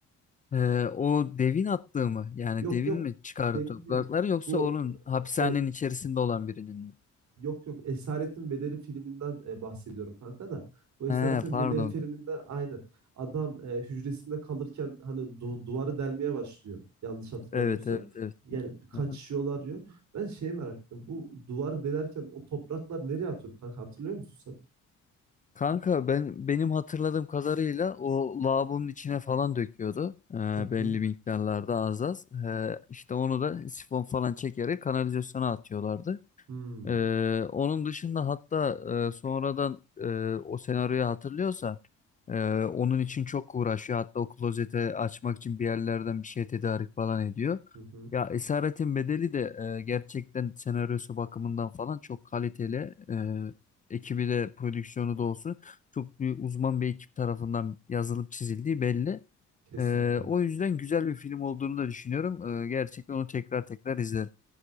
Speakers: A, on the left; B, on the right.
A: E, o devin attığı mı yani
B: Yok
A: devin
B: yok
A: mi çıkardı
B: demin
A: toprakları
B: değil.
A: yoksa
B: Bu
A: onun hapishanenin
B: e,
A: içerisinde olan birinin mi?
B: Yok yok Esaretin Bedeli filminden e, bahsediyorum kanka da. Bu
A: He
B: Esaretin
A: pardon
B: Bedeli filminde aynen adam e, hücresinde kalırken hani du- duvarı delmeye başlıyor. Yanlış hatırlamıyorsam.
A: Evet evet evet.
B: Yani kaçışıyorlar
A: Aha.
B: diyor. Ben şeye merak ettim. Bu duvarı delerken o topraklar nereye atıyordu kanka hatırlıyor musun sen?
A: Kanka ben benim hatırladığım kadarıyla o lavabonun içine falan döküyordu. Ee,
B: Hı
A: belli
B: hı.
A: miktarlarda az az. Ee, işte onu da sifon falan çekerek kanalizasyona atıyorlardı.
B: Hmm.
A: Ee, onun dışında hatta e, sonradan e, o senaryoyu hatırlıyorsan e, onun için çok uğraşıyor. Hatta o klozete açmak için bir yerlerden bir şey tedarik falan ediyor.
B: Hı hı.
A: Ya Esaretin Bedeli de e, gerçekten senaryosu bakımından falan çok kaliteli. E, ekibi de prodüksiyonu da olsun çok büyük uzman bir ekip tarafından yazılıp çizildiği belli.
B: Kesinlikle.
A: E, o yüzden güzel bir film olduğunu da düşünüyorum. E, gerçekten onu tekrar tekrar izlerim.